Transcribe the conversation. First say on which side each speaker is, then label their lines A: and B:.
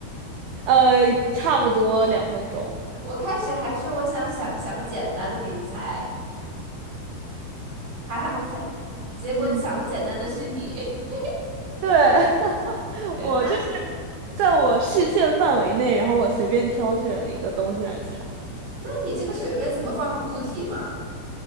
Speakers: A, on the right; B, on the right.
A: 呃，差不多两分钟。
B: 我开始还说我想想想个简单的给你猜。还好，
A: 嗯
B: 才结果想的简单的是你。
A: 嗯，
B: <laughs>
A: 对，<laughs>
B: 对那
A: 我就是在我视线范围内，然后我随便挑选了一个东西来猜，
B: 那你这个水杯怎么放固体嘛？